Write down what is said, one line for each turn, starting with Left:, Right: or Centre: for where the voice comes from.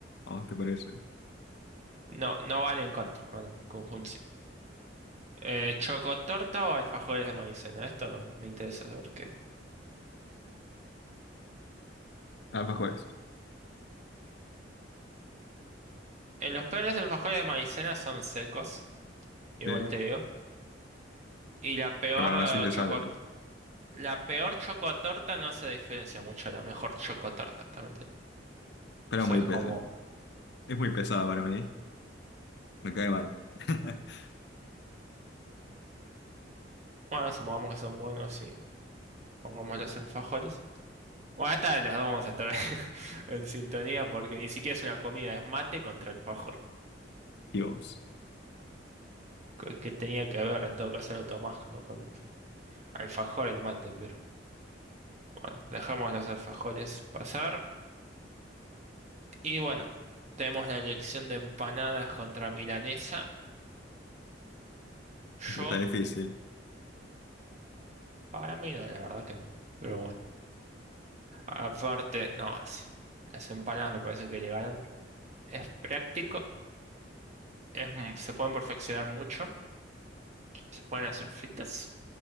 Left: ¿A vos te parece?
Right: no, no van en contra, van en conjunción. Eh, ¿chocotorta o alfajores de maicena? Esto me interesa saber qué.
Left: Alfajores,
Right: En los peores alfajores de maicena son secos, igual
Left: sí.
Right: te digo. Y la peor
Left: Pero así
Right: eh,
Left: se
Right: choco,
Left: salvan.
Right: la peor chocotorta no se diferencia mucho a la mejor chocotorta, también
Left: Pero
Right: Eso
Left: muy
Right: es
Left: pes
Right: como,
Left: es muy pesada para mí. Me cae mal. <laughs>
Right: bueno, supongamos que son buenos y pongamos los alfajores. Bueno, esta de las dos vamos a estar <laughs> en sintonía porque ni siquiera es una comida, es mate contra alfajor.
Left: Dios,
Right: ¿Qué qué tenía que ver? En todo caso lo tomás, ¿no? Con el alfajor, el mate, pero bueno, dejamos los alfajores pasar. Y bueno, tenemos la elección de empanadas contra milanesa. Yo,
Left: está difícil.
Right: para mí no, la verdad que no. Pero bueno, aparte, no, así. Las empanadas me parece que le ganan. Es práctico, es, mu- se pueden perfeccionar mucho. ¿Se pueden hacer fritas?